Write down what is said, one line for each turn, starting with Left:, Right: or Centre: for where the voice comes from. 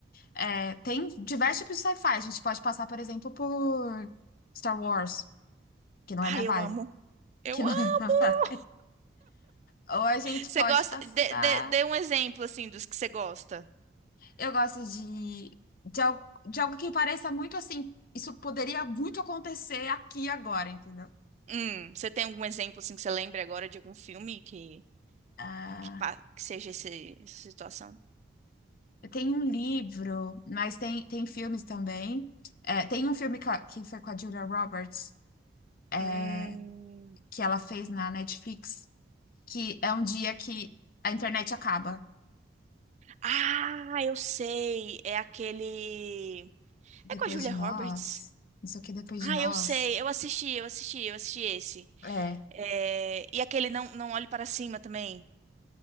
Left: é, tem diversos tipos de sci-fi. A gente pode passar, por exemplo, por Star Wars, que não
Right: Ai,
Left: é minha vibe.
Right: eu amo.
Left: <laughs>
Right: Eu
Left: Que não
Right: amo!
Left: é minha vibe. Ou a gente
Right: Você
Left: pode
Right: gosta?
Left: passar.
Right: Dê, dê, dê um exemplo, assim, dos que você gosta.
Left: Eu gosto de, de, al- de algo que pareça muito assim. Isso poderia muito acontecer aqui e agora, entendeu?
Right: Hum, você tem algum exemplo, assim, que você lembra agora de algum filme que,
Left: Ah,
Right: que, pa- que seja esse- essa situação?
Left: eu tenho um livro, mas tem, tem filmes também. É, tem um filme que, a- que foi com a Julia Roberts. é,
Right: Hum.
Left: que ela fez na Netflix, que é um dia que a internet acaba.
Right: Ah, eu sei. É aquele.
Left: Depois
Right: É com a Julia
Left: de nós,
Right: Roberts?
Left: não sei o que depois
Right: Ah,
Left: de nós.
Right: eu sei, eu assisti, eu assisti, eu assisti esse.
Left: É,
Right: É, E aquele Não, Não Olhe Para Cima também?